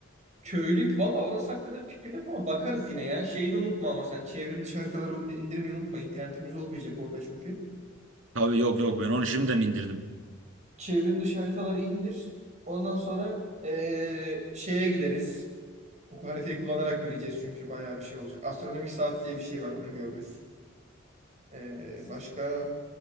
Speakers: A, on the right; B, on the right.
A: Köylük valla orası hakkında bir fikrim yok ama bakarız yine ya. Şeyini unutma ama sen çevrim dışı haritaları indirmeyi unutma. İnternetimiz olmayacak orada çünkü.
B: Tabii yok yok ben onu şimdiden indirdim.
A: Çevrim dışı haritaları indir. Ondan sonra eee, şeye gideriz. Bu haritayı kullanarak yürüyeceğiz çünkü bayağı bir şey olacak. Astronomik saat diye bir şey var onu görürüz. Eee, başka?